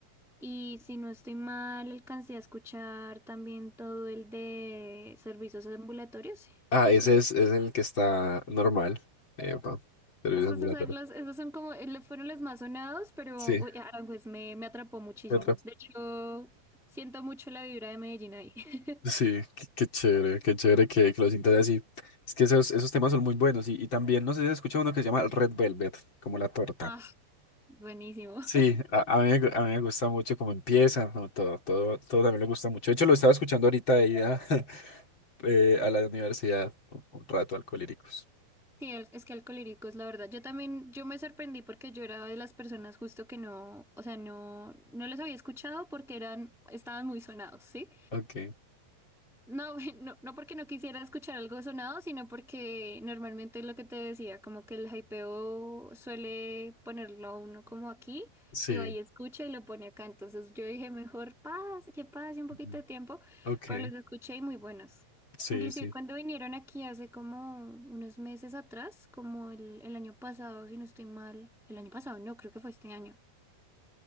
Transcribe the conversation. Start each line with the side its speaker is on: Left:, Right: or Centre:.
Centre: Y si no estoy mal, alcancé a escuchar también todo el de servicios ambulatorios, sí,
Left: Ah,
Centre: si no
Left: ese
Centre: estoy mal.
Left: es, es el que está normal. Epa, servicio
Centre: Es que
Left: ambulatorio.
Centre: esos son los, esos son como, eh, fueron los más sonados, pero
Left: Sí.
Centre: uy, Aranjuez me, me atrapó muchísimo.
Left: ¿Qué otra?
Centre: De hecho, siento mucho la vibra de Medellín ahí. <laughs>
Left: Sí, qué, qué chévere, qué chévere que, que lo sientas así. Es que esos, esos temas son muy buenos. Y, y también, no sé si has escuchado uno que se llama Red Velvet, como la torta.
Centre: Ah, buenísimo.
Left: Sí, a, a mí, me gu- a mí me gusta mucho cómo empieza, ¿no? Todo, todo, todo también me gusta mucho. De hecho, lo estaba escuchando ahorita de ida <laughs> eh, a la universidad, un, un rato, Alcolíricos.
Centre: Sí, el- es que Alcohólicos, la verdad. Yo también, yo me sorprendí porque yo era de las personas justo que no, o sea, no, no los había escuchado porque eran, estaban muy sonados, ¿sí?
Left: Ok,
Centre: No, <laughs> güey, no, no porque no quisiera escuchar algo sonado, sino porque normalmente lo que te decía, como que el hypeo suele ponerlo a uno como aquí
Left: sí.
Centre: y va y escucha y lo pone acá. Entonces yo dije, mejor pase, que pase un poquito
Left: mm,
Centre: de tiempo,
Left: Ok,
Centre: pero los escuché y muy buenos.
Left: sí,
Centre: Inclusive
Left: sí.
Centre: cuando vinieron aquí hace como unos meses atrás, como el, el año pasado, si no estoy mal, el año pasado no, creo que fue este año.